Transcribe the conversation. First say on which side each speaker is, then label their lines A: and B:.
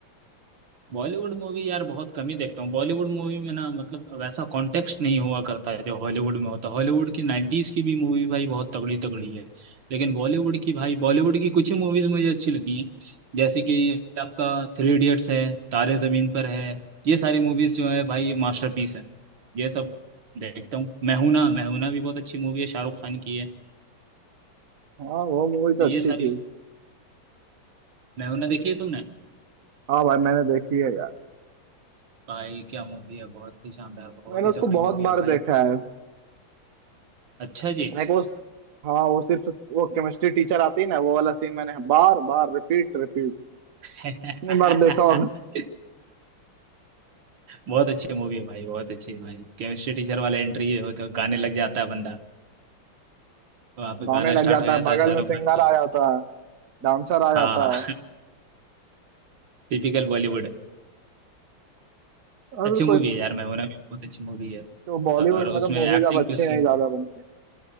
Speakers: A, on the right; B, on the right.
A: बॉलीवुड मूवी यार बहुत कम ही देखता हूँ बॉलीवुड मूवी में ना मतलब वैसा कॉन्टेक्स्ट नहीं हुआ करता है जो हॉलीवुड में होता है हॉलीवुड की नाइन्टीज की भी मूवी भाई बहुत तगड़ी तगड़ी है लेकिन बॉलीवुड की भाई बॉलीवुड की कुछ ही मूवीज मुझे अच्छी लगी हैं जैसे कि आपका थ्री इडियट्स है तारे जमीन पर है ये सारी मूवीज जो है भाई ये मास्टरपीस है ये सब देखता हूँ मैहूना मैहूना भी बहुत अच्छी मूवी है शाहरुख खान की है
B: हाँ वो मूवी तो
A: तो ये
B: अच्छी
A: सारी
B: थी
A: मैहूना देखी है तुमने
B: हाँ भाई मैंने देखी है यार
A: भाई क्या मूवी है बहुत ही शानदार बहुत
B: मैंने
A: ही
B: उसको
A: तगड़ी
B: बहुत
A: मूवी
B: बार
A: है भाई
B: देखा है
A: अच्छा जी
B: एक वो हाँ वो सिर्फ वो केमिस्ट्री टीचर आती है ना वो वाला सीन मैंने बार बार रिपीट रिपीट
A: <laughs>
B: इतनी बार देखा होगा
A: बहुत अच्छी मूवी है भाई बहुत अच्छी है भाई केमिस्ट्री टीचर वाला एंट्री होता है गाने लग जाता है बंदा वहाँ पे
B: गाने
A: गाना
B: लग
A: स्टार्ट
B: जाता
A: हो जाता
B: है बगल
A: है शाहरुख
B: में सिंगर
A: खान का
B: आ जाता है डांसर आ जाता
A: हाँ
B: है
A: टिपिकल बॉलीवुड
B: और
A: अच्छी मूवी
B: कोई
A: है यार मैं होना भी बहुत अच्छी मूवी है
B: तो बॉलीवुड
A: और उसमें
B: में तो मूवीज
A: एक्टिंग
B: अब अच्छी
A: भी उसकी
B: नहीं ज्यादा बनती